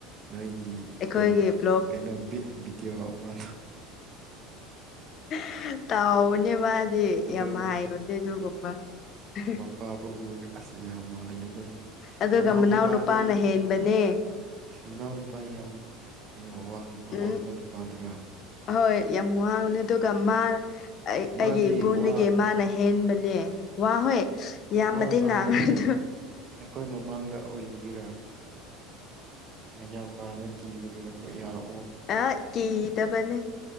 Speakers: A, on the right; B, on the left.
A: ꯅꯣꯏꯒꯤ ꯏꯈꯨꯜ
B: ꯑꯩꯈꯣꯏꯒꯤ ꯕ꯭ꯂꯣꯛ
A: ꯀꯩꯅꯣ ꯚꯤ ꯚꯤꯗꯤꯑꯣ ꯑꯃꯗꯣ
B: <inaudible> ꯇꯥꯎꯅꯦ ꯃꯥꯗꯤ
A: ꯑꯗꯨ
B: ꯌꯥꯝ ꯍꯥꯏꯕꯅꯦ ꯑꯗꯨꯒꯨꯝꯕ ꯍꯥ ꯍꯥ
A: ꯃꯥꯕꯨ ꯎꯔꯒ ꯑꯁ ꯌꯥꯝ ꯃꯥꯜꯂꯤꯅꯦ
B: ꯑꯗꯨꯒ
A: ꯃꯅꯥꯎ ꯅꯨꯄꯥꯗꯤ
B: ꯅꯨꯄꯥꯅ ꯍꯦꯟꯕꯅꯦ
A: ꯃꯅꯥꯎ ꯅꯨꯄꯥ ꯌꯥꯝ ꯀꯩꯅꯣ ꯑꯋꯥꯡ ꯑꯋꯥꯡꯕ
B: ꯎꯝ
A: ꯅꯨꯄꯥꯗꯨꯔꯥ
B: ꯍꯣꯏ ꯌꯥꯝ ꯋꯥꯡꯕꯅꯦ ꯑꯗꯨꯒ ꯃꯥ ꯑꯩ
A: ꯃꯥꯗꯤ
B: ꯑꯩꯒꯤ ꯏꯕꯨꯡꯗꯒꯤ
A: ꯋꯥ
B: ꯃꯥꯅ ꯍꯦ ꯍꯦꯟꯕꯅꯦ ꯋꯥ ꯍꯣꯏ ꯌꯥꯝꯃꯗꯤ
A: ꯋꯥ ꯉꯥꯡꯗꯦꯅꯦ
B: ꯉꯥꯡꯉꯦꯗꯣ
A: ꯑꯩꯈꯣꯏ ꯃꯃꯥꯡꯗ ꯑꯣꯏꯕꯒꯤꯔ ꯃꯌꯥꯝꯕꯗꯣ ꯀꯤꯕꯒꯤꯔ ꯑꯣꯌꯥꯎ
B: ꯑ ꯀꯤꯗꯕꯅꯦ